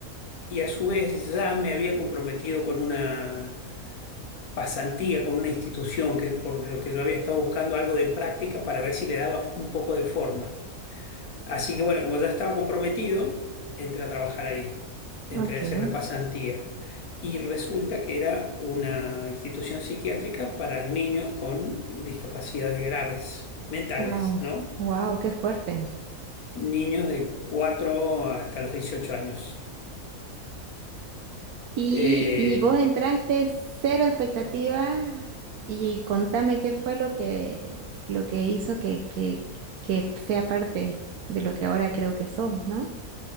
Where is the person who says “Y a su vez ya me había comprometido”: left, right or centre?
Left